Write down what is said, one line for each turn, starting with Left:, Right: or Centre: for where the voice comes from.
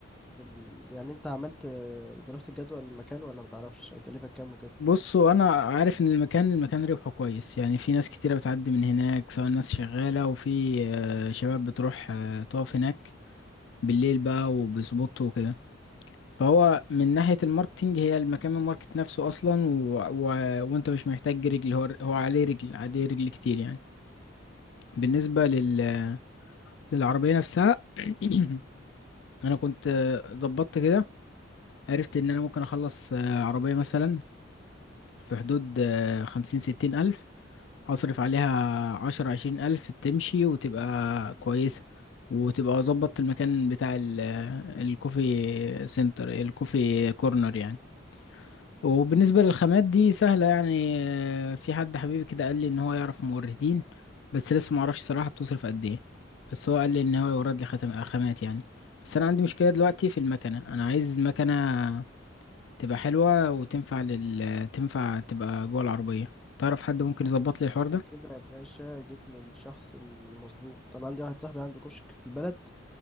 Centre: في ال يعني انت عملت دراسة جدوى للمكان ولا متعرفش هيكلفك كام وكده
Left: بصوا أنا عارف إن المكان المكان ربحه كويس يعني في ناس كتيرة بتعدي من هناك سواء ناس شغالة وفي آه، شباب بتروح آه، تقف هناك بالليل بقى وبسبوت وكده فهو من ناحية الماركتينج هي المكان من الماركت نفسه أصلا و... و... وأنت مش محتاج رجل هو هو عليه رجل عليه رجل كتير يعني بالنسبة لل... للعربية نفسها <clears throat> أنا كنت آه، ظبطت كده عرفت ان انا ممكن اخلص آه، عربية مثلا في حدود آه، خمسين ستين الف اصرف عليها عشر عشرين الف تمشي وتبقى كويسة وتبقى ظبطت المكان بتاع ال- آه، الكوفي سنتر الكوفي كورنر يعني وبالنسبة للخامات دي سهلة يعني آه، في حد حبيبي كده قال لي ان هو يعرف موردين بس لسه معرفش صراحة بتصرف قد ايه بس هو قال لي ان هو يورد لي خاتم آه، خامات يعني بس انا عندي مشكلة دلوقتي في المكنة انا عايز مكنة تبقى حلوة وتنفع لل تنفع تبقى جوه العربية تعرف حد ممكن
Centre: انت
Left: يظبط لي الحوار
Centre: انت
Left: ده
Centre: كده يا باشا جيت للشخص المظبوط طبعا عندي واحد صاحبي عنده كشك في البلد